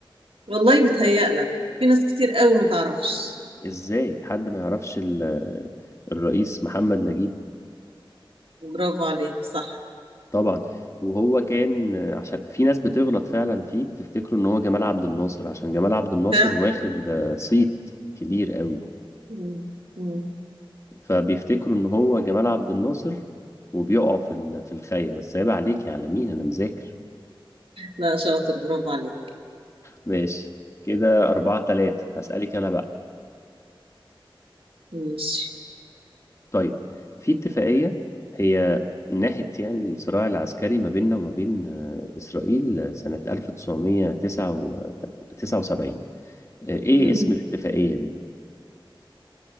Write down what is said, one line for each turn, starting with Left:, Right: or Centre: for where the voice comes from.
Right: والله بيتهيألك في ناس كتير قوي ما تعرفش
Left: ازاي حد ما يعرفش ال- آه، الرئيس محمد نجيب
Right: برافو عليك صح
Left: طبعا وهو كان عشان في ناس بتغلط فعلا فيه بتفتكره ان هو جمال عبد الناصر عشان جمال عبد الناصر
Right: فعلا
Left: واخد آه، صيت كبير قوي
Right: مم، مم.
Left: فبيفتكروا ان هو جمال عبد الناصر وبيقعوا في ال- في الخاية بس عيب عليك يا عالمين انا مذاكر
Right: لا شاطر برافو عليك
Left: ماشي كده أربعة تلاتة هسألك أنا بقى
Right: ماشي
Left: طيب في اتفاقية هي نهت يعني الصراع العسكري ما بيننا وما بين آه، إسرائيل آه، سنة 1979 آه، إيه
Right: مم.
Left: اسم الاتفاقية دي؟